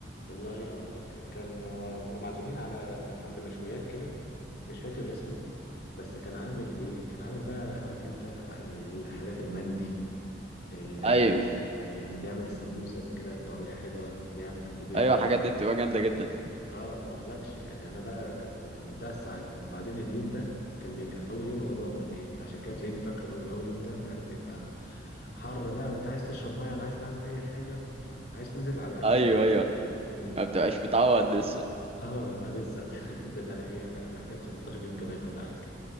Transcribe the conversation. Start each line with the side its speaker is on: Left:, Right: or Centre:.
Left: والله اقول لك كان كنا معزومين على عند مشويات كده مش فاكر اسمه بس كان عامل ايه كان عامل بقى عارف انت الحاجات المندي ال-
Right: ايوه
Left: اللي بيعمل السمبوسة كده بطريقة حلوة بيعمل قبيبة
Right: ايوه الحاجات دي بتبقى جامده جدا
Left: اه ما اقولكش يعني انا بقى ك- كنت في منتهى السعادة وبعدين اليوم ده كان بي... كان اول يوم رمضان ولا ايه فعشان كده تلاقيني فاكره قوي اول يوم ده انت عارف بيبقى حر بقى وانت عايز تشرب ميه ولا عايز تعمل اي حاجة فعايز تنزل على الاكل
Right: ايوه
Left: على طول
Right: ايوه
Left: امم
Right: ما بتبقاش متعود لسه
Left: اه لسه <laughs> بتبقى ايه بقى محتاج 15 يوم كمان ولا حاجة